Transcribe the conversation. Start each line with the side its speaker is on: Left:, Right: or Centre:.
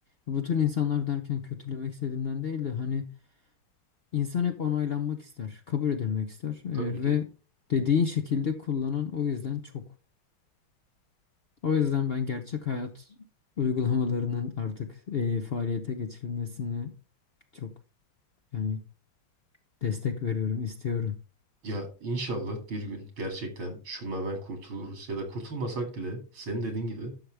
Left: bu tür insanlar derken kötülemek istediğimden değil de hani insan hep onaylanmak ister kabul edilmek ister E,
Right: tabii ki.
Left: ve dediğin şekilde kullanan o yüzden çok. O yüzden ben gerçek hayat uygulamalarının artık e, faaliyete geçirilmesini Çok yani destek veriyorum, istiyorum.
Right: Ya inşallah bir gün gerçekten şunlardan kurtuluruz ya da kurtulmasak bile senin dediğin gibi